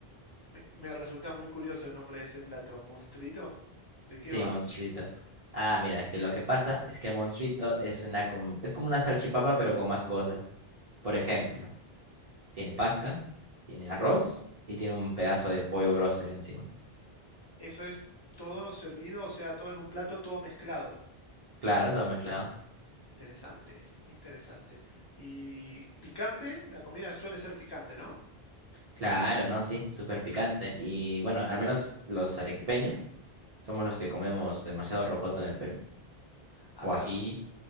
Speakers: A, on the left (about 30°); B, on the right (about 45°).
A: Me, me resulta muy curioso el nombre de ese plato, monstruito. ¿De qué
B: Sí,
A: va?
B: monstruito. Ah,
A: de que-
B: mira, es que lo que pasa es que monstruito es una com- es como una salchipapa, pero con más cosas. Por ejemplo,
A: o-
B: tiene pasta, tiene arroz y tiene un pedazo de pollo broster encima.
A: Eso es todo servido, o sea, todo en un plato, todo mezclado.
B: Claro, todo mezclado.
A: Interesante, interesante. Y picante, la comida suele ser picante, ¿no?
B: Claro, no, sí, súper picante. Y bueno, al menos los arequipeños somos los que comemos demasiado rocoto en el Perú.
A: Acá,
B: O ají,